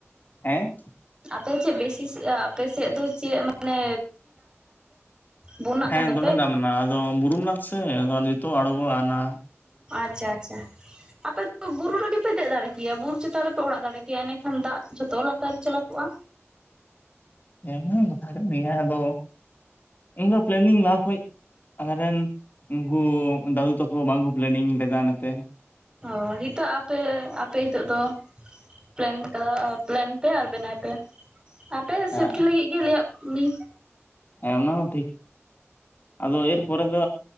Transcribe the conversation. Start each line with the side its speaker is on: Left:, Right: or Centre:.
Left: ᱦᱮᱸ
Right: ᱟᱯᱮ ᱪᱮ ᱵᱮᱥᱤᱥ ᱟᱯᱮᱥᱮᱫ ᱫᱚ ᱪᱮ ᱢᱟᱱᱮ ᱵᱚᱱᱱᱟᱜ
Left: ᱦᱮᱸ
Right: ᱠᱟᱱ ᱫᱚᱯᱮ
Left: ᱫᱚᱢᱮ ᱫᱟᱢ ᱮᱱᱟ ᱟᱫᱚ ᱵᱩᱨᱩ ᱵᱚᱸᱜᱟ ᱥᱮ ᱟᱫᱚ ᱱᱤᱛᱚᱜ ᱟᱬᱜᱚᱜ ᱟᱱᱟ
Right: ᱟᱪᱪᱷᱟ ᱟᱪᱪᱷᱟ ᱟᱯᱮ ᱫᱚᱚ ᱵᱩᱨᱩ ᱨᱮᱜᱮᱯᱮ ᱫᱮ ᱫᱟᱲᱮ ᱠᱮᱭᱟ ᱵᱩᱨᱩ ᱪᱮᱛᱟᱱ ᱨᱮᱯᱮ ᱚᱲᱟᱜ ᱫᱟᱲᱮ ᱠᱮᱭᱟ ᱮᱱᱮᱠᱷᱟᱱ ᱫᱟᱜ ᱡᱚᱛᱚ ᱞᱟᱛᱟᱨ ᱪᱟᱞᱟᱜᱼᱟ ᱵᱚᱜᱼᱟ
Left: ᱦᱮᱸ ᱢᱟ ᱠᱟᱛᱷᱟ ᱠᱟᱱ ᱜᱮᱭᱟ ᱟᱫᱚ ᱤᱧ ᱦᱚ ᱯᱞᱮᱱᱤᱝ ᱞᱟᱦᱟ ᱠᱷᱚᱡ ᱟᱞᱮ ᱨᱮᱱ ᱩᱱᱠᱩ ᱫᱟᱫᱩ ᱛᱟᱠᱚ ᱵᱟᱝᱠᱚ ᱯᱞᱮᱱᱤᱝ ᱞᱮᱫᱟ ᱚᱱᱟᱛᱮ
Right: ᱚ ᱱᱤᱛᱚᱜ ᱟᱯᱮ ᱟᱯᱮ ᱱᱤᱛᱚᱜ ᱫᱚ ᱯᱞᱮᱱ ᱠᱟ ᱯᱞᱮᱱ ᱯᱮ ᱟᱨ ᱵᱮᱱᱟᱭ ᱯᱮ ᱟᱯᱮ
Left: ᱦᱮᱸ
Right: ᱥᱟ. ᱠᱷᱤᱞ ᱞᱟᱹᱜᱤᱫ ᱜᱮ ᱞᱟᱹᱭᱟᱜ ᱢᱤ
Left: ᱦᱮᱸ ᱚᱱᱟ ᱦᱚᱸ ᱟᱫᱚ ᱮᱨᱯᱚᱨᱮ ᱫᱚ